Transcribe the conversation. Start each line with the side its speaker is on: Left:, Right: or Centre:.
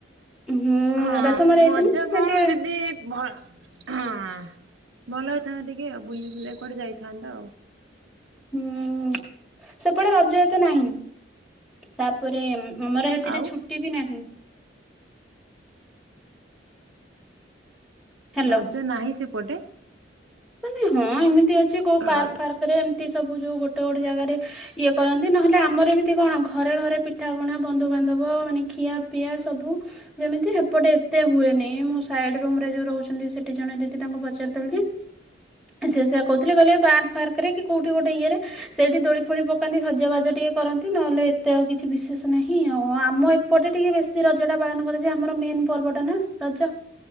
Centre: ହୁଁ
Right: ହଁ
Centre: ରଜ ମୋର ଯାଇଥିଲି
Right: ମଜା
Centre: ସେଠି
Right: କଣ ଦିଦି ଭ ହଁ ଭଲ ହେଇଥାନ୍ତା ଟିକେ ଆଉ, ବୁଲି ବୁଲା କି କୁଆଡେ ଯାଇଥାନ୍ତ ଆଉ।
Centre: ହୁଁ ସେପଟେ ରଜ ଏତେ ନାହିଁ, ତାପରେ ଆମର ସେଥିରେ
Right: ଆଉ
Centre: ଛୁଟି ବି ନାହିଁ। ହ୍ୟାଲୋ।
Right: ରଜ ନାହିଁ ସେପଟେ?
Centre: ମାନେ ହଁ ଏମିତି ଅଛି କୋଉ ପାର୍କ
Right: ର ହୁଁ
Centre: ଫାର୍କ ରେ ଏମତି ସବୁ ଯୋଉ ଗୋଟେ ଗୋଟେ ଜାଗାରେ ଇଏ କରନ୍ତି ନହେଲେ ଆମର ଏମିତି କଣ ଘରେ ଘରେ ପିଠା ପଣା ବନ୍ଧୁବାନ୍ଧବ ମାନେ ଖିଆ ପିଆ ସବୁ ଯେମିତି ସେପଟେ ଏତେ ହୁଏନି, ମୁଁ ସାଇଡ ରୁମରେ ଯୋଉ ରହୁ ଛନ୍ତି ସେଠି ଜଣେ ଦିଦି ତାଙ୍କୁ ପଚାରୁଥିଲୁ କି ସେ ସୋଇଆ କହୁଥିଲେ, କହିଲେ ପାର୍କ ଫାର୍କରେ କି କୋଉଠି ଗୋଟେ ଇଏରେ ସେଇଠି ଦୋଳି ଫୋଳି ପକାନ୍ତି ସଜାବାଜ ଟିକେ କରନ୍ତି ନହେଲେ ଏତେ ଆଉ କିଛି ବିଶେଷ ନାହିଁ ଆଉ ଆମ ଏ ପଟେ ଟିକେ ବେଶୀ ରଜ ଟା ପାଳନ କରାଯାଏ ଆମର ମେନ ପର୍ବଟା ନା ରଜ।